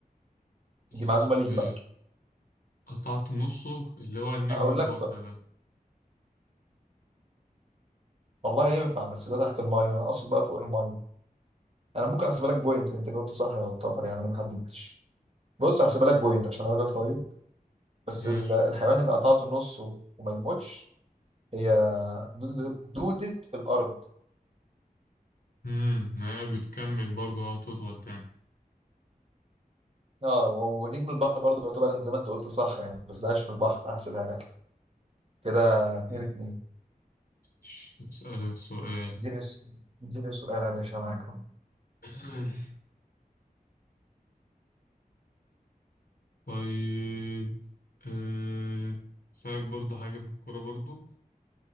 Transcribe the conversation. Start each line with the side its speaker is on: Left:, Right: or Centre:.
Left: الاسم
Right: دي معلومة ليك
Left: ايه
Right: بقى
Left: قطعت نصه اللي هو النجم
Right: اقول
Left: البحر
Right: لك طب
Left: ده
Right: والله ينفع بس ده تحت المية انا اقصد بقى فوق المية انا ممكن احسبها لك بوينت انت جاوبت صح يعتبر يعني انا ما حددتش بص هحسبها لك بوينت عشان انا راجل طيب بس
Left: ماشي
Right: ال- الحيوان اللي قطعته نصه وما يموتش هي دودة, دودة الارض
Left: امم هي بتكمل برضو أو تطول تاني
Right: اه و- ونجم البحر برضه يعتبر أنا زي ما انت قلت صح يعني بس ده عايش في البحر فاحسبها لك كده اتنين
Left: مم.
Right: اتنين
Left: ش- أسألك سؤال
Right: اديني س- اديني سؤال يا باشا انا معاك
Left: <coughs> طيب آه، أسألك برضو حاجة في الكورة برضو